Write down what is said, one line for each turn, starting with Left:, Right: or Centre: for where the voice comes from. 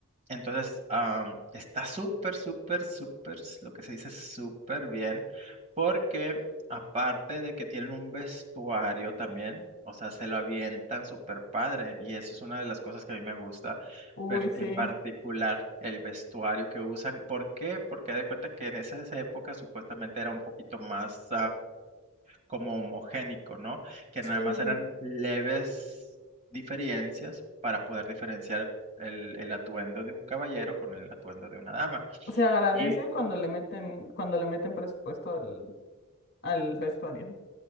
Right: entonces, am, está súper, súper, súper, s- lo que se dice súper bien, porque aparte de que tienen un vestuario también, o sea, se lo avientan súper padre, y eso es una de las cosas que a mí me gusta,
Left: Uy,
Right: per-
Left: sí.
Right: en particular el vestuario que usan. ¿Por qué? Porque haz de cuenta que en esas épocas supuestamente era un poquito más, como homogénico, ¿no? Que
Left: Sí,
Right: nada más
Left: sí,
Right: eran
Left: sí.
Right: leves diferencias para poder diferenciar el, el atuendo de un caballero con el atuendo de una dama.
Left: Se agradece
Right: Y
Left: cuando le meten, cuando le meten presupuesto al, al vestuario.